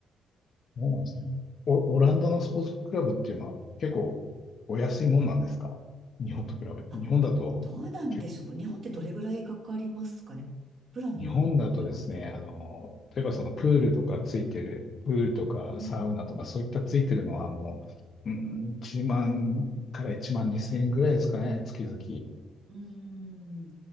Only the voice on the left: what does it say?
そうなんですね。
お、オランダのスポーツクラブっていうのは結構お安いもんなんですか日本と比べて。
日本だと、
け
日本だとですね、あの、例えばそのプールとかついてる、プールとかサウナとかそういったついてるのはもう、
うん、1万から1万2千円ぐらいですかね、月々。